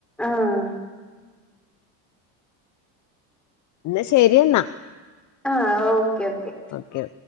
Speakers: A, in the centre; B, on the left.
A: ആഹ്
B: എന്നാ ശരിയെന്നാ
A: ആഹ ഓക്കേ ഓക്കെ
B: ഓക്കെ